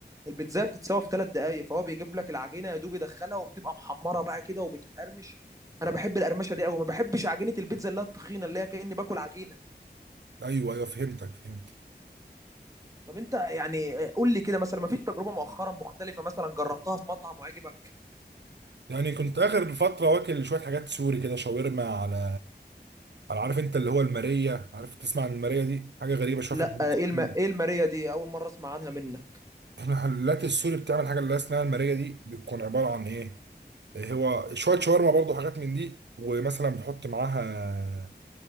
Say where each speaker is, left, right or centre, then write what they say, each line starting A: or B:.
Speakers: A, on the right; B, on the right.
A: البيتزا بتتسوى في ثلاث دقايق فهو بيجيب لك العجينه يا دوب يدخلها وبتبقى محمره بقى كده وبتقرمش انا
B: آه.
A: بحب القرمشه دي قوي ما بحبش عجينه البيتزا اللي هي التخينه اللي هي كاني باكل عجينه
B: ايوه ايوه فهمتك فهمت
A: طب انت يعني آه، قول لي كده مثلا ما فيش تجربه مؤخرا مختلفه مثلا جربتها في مطعم وعجبك
B: يعني كنت اخر فتره واكل شويه حاجات سوري كده شاورما على على عارف انت اللي هو الماريه عارف تسمع عن الماريه دي حاجه غريبه شويه
A: لا
B: في البيوت
A: آه،
B: السوري
A: ايه الم... ايه الماريا دي اول مره اسمع عنها منك
B: المحلات السوري بتعمل حاجه اللي اسمها الماريه دي بتكون عباره عن ايه هو شويه شاورما برضو حاجات من دي ومثلا بتحط معاها